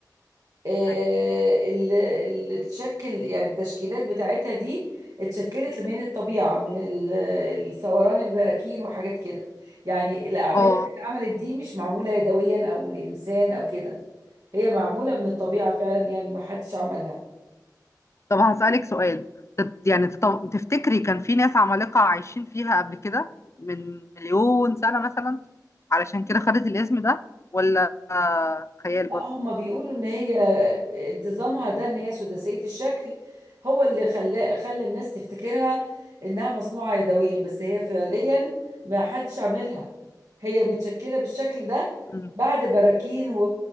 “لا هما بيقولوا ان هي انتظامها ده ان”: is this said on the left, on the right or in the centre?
Right